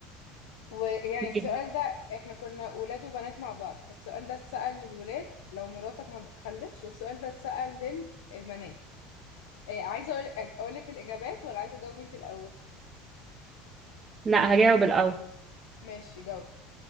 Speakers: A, on the left; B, on the right.
A: ويعني
B: ماشي
A: السؤال ده احنا كنا ولاد وبنات مع بعض فالسؤال ده اتسأل للولاد لو مراتك ما بتخلفش والسؤال ده اتسأل للبنات إيه عايزة اقول اقولك الإجابات ولا عايزة اجاوب انت الأول
B: لا هجاوب الاول
A: ماشي جاوبي